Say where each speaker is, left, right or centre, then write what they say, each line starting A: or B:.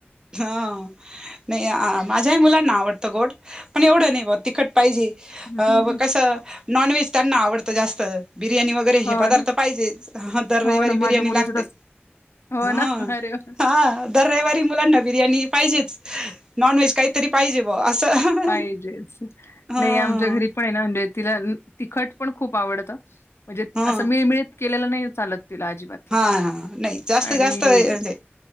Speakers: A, on the right; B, on the left.
A: हा... नई... माझ्याही मुलांना आवडतं गोड, पण एवढं नई बां तिखट पायजे...
B: हं.
A: अं... कसं... नॉनव्हेज त्यांना आवडतं जास्त... बिर्याणी वगैरे वगैरे
B: हो
A: हे पदार्थ
B: ना.
A: पाहिजेच. हं... दर रविवारी
B: हो ना. माझ्या
A: बिर्याणी
B: मुलीचं
A: लागते.
B: तसं. हो
A: हं...
B: ना. अरे वाह!
A: हा, दर रविवारी मुलांना बिर्याणी पाहिजेच. नॉन व्हेज काहीतरी पाहिजे बुवा... असं...
B: पाहिजेच.
A: हं.
B: नाही आमच्या घरी पण हे ना म्हणजे तिला... तिखट पण खूप आवडतं. म्हणजे,
A: हा
B: असं मिळमिळीत केलेलं नई चालत तिला आजिबात
A: हा हा नाही जास्त
B: आणि...
A: जास्त म्हणजे